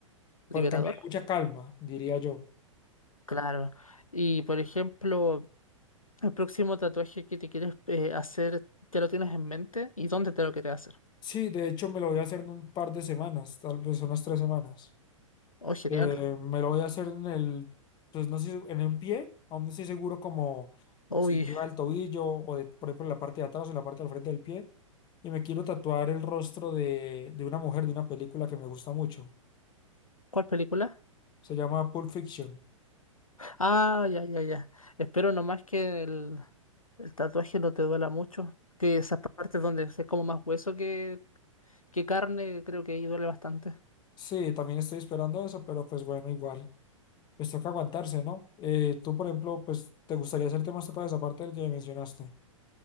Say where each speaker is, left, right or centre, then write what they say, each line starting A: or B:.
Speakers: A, on the left; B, on the left.
A: fue,
B: liberador.
A: que me dio mucha calma, diría yo.
B: Claro. Y por ejemplo, el próximo tatuaje que te quieres eh, hacer, ¿ya lo tienes en mente? ¿Y dónde te lo quieres hacer?
A: Sí, de hecho me lo voy a hacer en un par de semanas, tal vez unas tres semanas.
B: Oh, genial.
A: Eh, me lo voy a hacer en el, pues no sé, en un pie, aún no estoy seguro como
B: Uy,
A: si arriba del tobillo o de, por ejemplo, en la parte de atrás o en la parte del frente del pie. Y me quiero tatuar el rostro de, de una mujer de una película que me gusta mucho.
B: ¿cuál película?
A: Se llama Pulp Fiction.
B: Ah, ya, ya, ya. Espero nomás que el, el tatuaje no te duela mucho. Que esas partes donde es como más hueso que, que carne, creo que ahí duele bastante.
A: Sí, también estoy esperando eso, pero pues bueno, igual. Pues toca aguantarse, ¿no? Eh, tú, por ejemplo, pues te gustaría hacerte más tatuajes aparte del que me mencionaste.